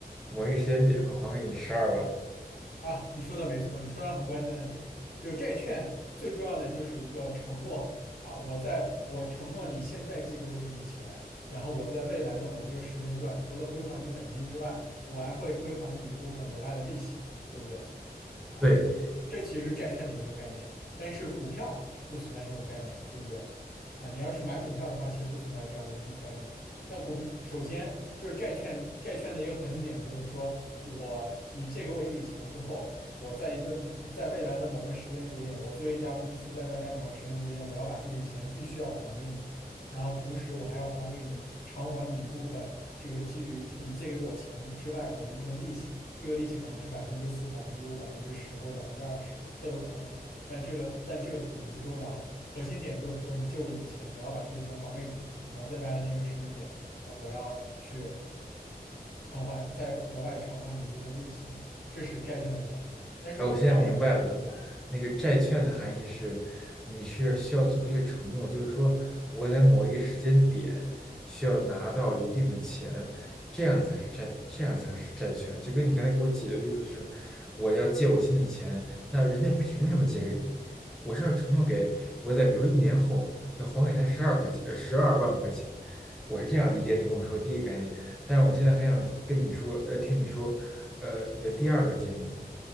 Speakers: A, in the centre; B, on the left (about 65°).
A: 某一个时间点会还给你十二万。
B: 啊？你说的没错，你说到很关键的点，就是债券最重要的就是一个承诺啊，我在我承诺你现在借给我一笔钱，然后我在未来的某一个时间段，除了归还你本金之外，我还会归还你一部分额外的利息，对不对？啊，
A: 对，
B: 这其实是债券的一个概念，但是股票不存在这种概念，对不对？啊，你要是买股票的话，其实不存在这样的一种概念。那股票首先就是债券，债券的一个核心点就是说我你借给我一笔钱之后，我在一段一在未来的某个时间节点，我作为一家公司，在未来某个时间节点，我要把这笔钱必须要还给你。然后同时我还要还给你偿还你一部分这个基于你借给我钱之外的一部分利息，这个利息可能是百分之四、百分之五、百分之十或者百分之二十都有可能，但这个但这个已经不重要了，核心点就是说你借我一笔钱，我要把这笔钱还给你，然后在未来的一个时间点啊，我要去偿还，再额外偿还你一部分利息，这是债券的概念，但是股票完全不一样。
A: 哎，我现在明白了，那个债券的含义是，你是需要做出一个承诺，就是说我在某一个时间点需要拿到一定的钱，这样才是债，这样才是债券。就跟你刚才给我举的例子是，我要借我亲戚钱，那人家凭什么借给你？我是要承诺给我在比如说一年后要还给他十二块钱，十二万块钱。我是这样理解你跟我说的第一个概念，
B: 对。
A: 但是我现在很想跟你说，呃，听你说，呃，你的第二个建议。